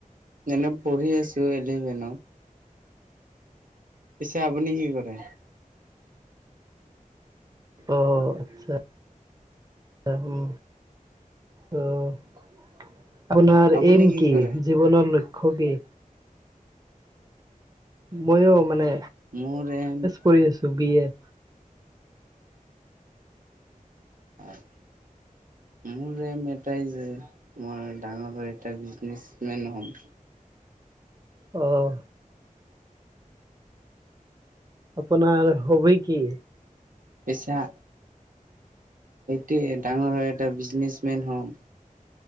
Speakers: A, on the right; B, on the right.
A: এনে পঢ়ি আছো ইলেভেনত পিছে আপুনি কি কৰে?
B: অহ আচ্ছা আহিম তহ আপোনাৰ
A: আপুনি
B: এম কি?
A: কৰে?
B: জীৱনৰ লক্ষ্য কি? মইও মানে
A: মোৰ এম
B: কৰি আছোঁ বি এড
A: <unintelligible> মোৰ এম এটাই যে মই ডাঙৰ এটা বিজনেচমেন হ'ম
B: অঁ আপোনাৰ হবি কি
A: পেচা সেইটোৱে ডাঙৰ হয় এটা বিজনেচমেন হ'ম